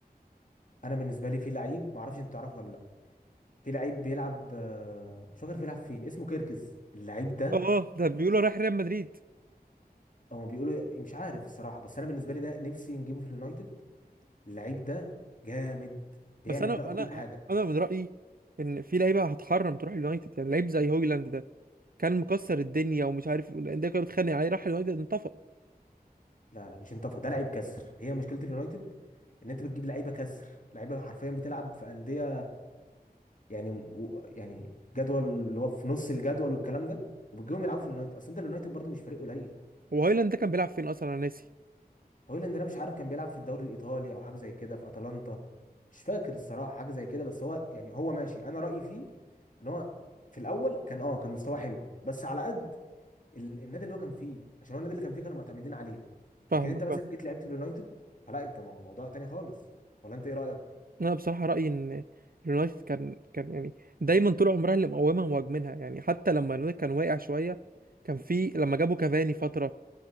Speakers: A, on the left; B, on the right.
A: انا بالنسبه لي في لعيب ما اعرفش انت تعرفه ولا لا في لعيب بيلعب آه، مش فاكر بيلعب فين اسمه كيركز اللعيب ده
B: اه ده بيقولوا رايح ريال مدريد
A: او ما بيقولوا إيه، مش عارف الصراحه بس انا بالنسبه لي ده نفسي نجيبه في اليونايتد اللعيب ده جامد بيعمل
B: بس انا
A: بقى كل
B: انا
A: حاجه
B: انا من رايي ان في لعيبه هتحرم تروح اليونايتد يعني لعيب زي هويلاند ده كان مكسر الدنيا ومش عارف الانديه كانت بتتخانق عليه راح اليونايتد انطفى
A: لا لا مش انطفى ده لعيب كسر هي مشكله اليونايتد ان انت بتجيب لعيبه كسر لعيبه حرفيا بتلعب في انديه يعني و- يعني جدول اللي هو في نص الجدول والكلام ده وبتجيبهم يلعبوا في اليونايتد اصل انت اليونايتد برضه مش فريق قليل
B: هو هويلاند ده كان بيلعب فين اصلا انا ناسي
A: هويلاند ده مش عارف كان بيلعب في الدوري الايطالي او حاجه زي كده في اتلانتا مش فاكر الصراحه حاجه زي كده بس هو يعني هو ماشي انا رايي فيه ان هو في الاول كان اه كان مستواه حلو بس على قد ال- النادي اللي هو كان فيه عشان هو النادي اللي كان فيه كانوا معتمدين عليه
B: فاهمك
A: لكن انت مثلا
B: فاهم
A: جيت لعبت في اليونايتد فلا انت مو- موضوع تاني خالص ولا انت ايه رايك
B: انا بصراحه رايي ان اليونايتد كان كان يعني دايما طول عمرها اللي مقومها مهاجمينها يعني حتى لما اليونايتد كان واقع شويه كان في لما جابوا كافاني فتره